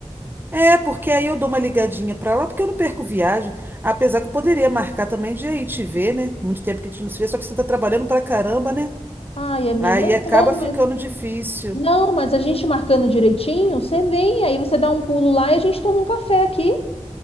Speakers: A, on the right (about 20°); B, on the left (about 55°).
A: É, porque aí eu dou uma ligadinha pra lá, porque eu não perco viagem, apesar que eu poderia marcar também de ir te ver, né? Muito tempo que a gente não se vê, só que você tá trabalhando pra caramba, né?
B: Ai, amiga,
A: Aí
B: eu
A: acaba
B: tô, mas
A: ficando difícil.
B: Não, mas a gente marcando direitinho, você vem, aí você dá um pulo lá e a gente toma um café aqui.